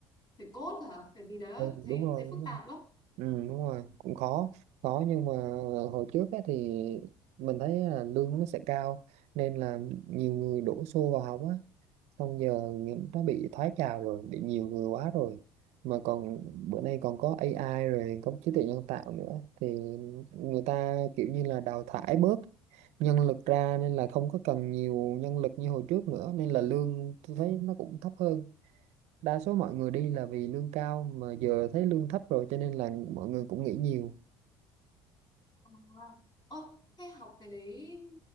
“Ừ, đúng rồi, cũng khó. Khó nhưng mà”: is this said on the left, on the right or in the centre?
Right